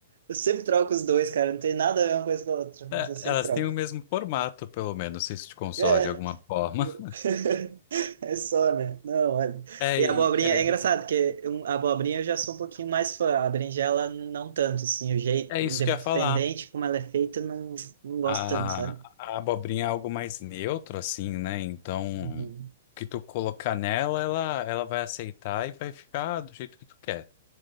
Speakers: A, on the right; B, on the left.
A: eu sempre troco os dois, cara. Não tem nada a ver uma coisa com a outra, mas
B: é,
A: eu sempre
B: elas
A: troco.
B: têm o mesmo formato, pelo menos, se isso te consola
A: É.
B: de alguma forma. <laughs>
A: <laughs> É só, né? Não, olha.
B: É,
A: E a
B: e-
A: abobrinha,
B: é,
A: é engraçado,
B: de-
A: porque um- a abobrinha eu já sou um pouquinho mais fã, a berinjela não tanto, assim, o jeito,
B: é isso
A: independente
B: que eu ia falar.
A: como ela é feita, não, não gosto
B: A,
A: tanto, sabe?
B: a abobrinha é algo mais neutro, assim, né? Então,
A: Uhum.
B: o que tu colocar nela, ela, ela vai aceitar e vai ficar do jeito que tu quer.